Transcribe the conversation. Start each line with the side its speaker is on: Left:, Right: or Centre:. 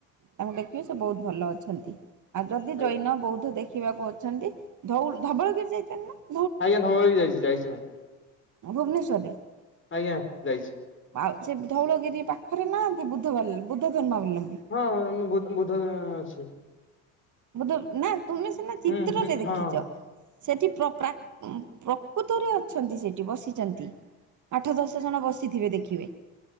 Right: ତାଙ୍କୁ ଦେଖିବେ ସେ ବୋହୁତ ଭଲ ଅଛନ୍ତି। ଆଉ ଯଦି
Left: ଆଜ୍ଞା
Right: ଜୈନ ବୌଦ୍ଧ ଦେଖିବାକୁ ଅଛନ୍ତି ଧଉଲ୍ ଧବଳଗିରି ଯାଇଛନ୍ତି ନା।
Left: ଆଜ୍ଞା ଧବଳଗିରି ଯାଇଛି ଯାଇଛି ମ୍ୟାମ୍।
Right: ଆ ଭୁବନେଶ୍ୱରରେ
Left: ଆଜ୍ଞା ଯାଇଛି।
Right: ଆଉ ସେ ଧଉଳଗିରି ପାଖରେ ନାଆନ୍ତି ବୁଦ୍ଧ ବାଲ୍ ବୁଦ୍ଧ ଧର୍ମାବଲମ୍ବୀ।
Left: ହଁ ଉଁ ବୁ ବୁଧଁ ଅଛି।
Right: ବୁଦ୍ଧ ନା ତୁମେ ସିନା ଚିତ୍ରରେ
Left: ହୁଁ ହୁଁ
Right: ଦେଖିଚ।
Left: ହଁ
Right: ସେଠି ପ୍ର ପ୍ରା ଉଁ ପ୍ରକୁତରେ ଅଛନ୍ତି ସେଟି ବସିଚନ୍ତି। ଆଠ ଦଶ ଜଣ ବସିଥିବେ ଦେଖିବେ।